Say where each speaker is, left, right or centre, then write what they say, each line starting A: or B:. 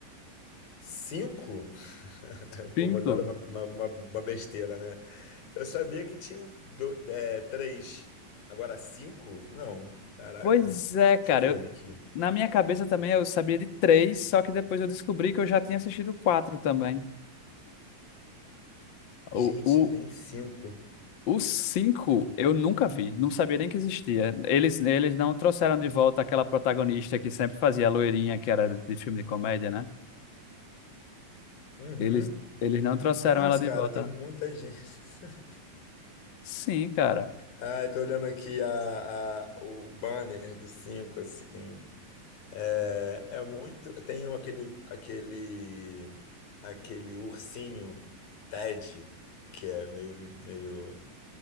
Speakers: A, on the left (about 85°); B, on the left (about 55°).
A: Cinco? <laughs> O povo
B: Cinco?
A: adora uma, uma, uma- uma besteira, né? Eu sabia que tinham do, é, três. Agora cinco? Não. Caraca.
B: Pois é, cara.
A: Deixa eu ver aqui.
B: Na minha cabeça também eu sabia de três, só que depois eu descobri que eu já tinha assistido quatro também. O,
A: Gente,
B: o,
A: tem cinco.
B: o cinco eu nunca vi, não sabia nem que existia. Eles, eles não trouxeram de volta aquela protagonista que sempre fazia a loirinha, que era de filme de comédia, né?
A: Uhum.
B: Eles, eles não trouxeram
A: Nossa,
B: ela de
A: cara,
B: volta.
A: tem muita gente. <laughs>
B: Sim, cara.
A: Ah, eu tô olhando aqui a, a- o banner do cinco, assim. É, é muito. Tem um- aquele, aquele, aquele ursinho Ted, que é meio, meio.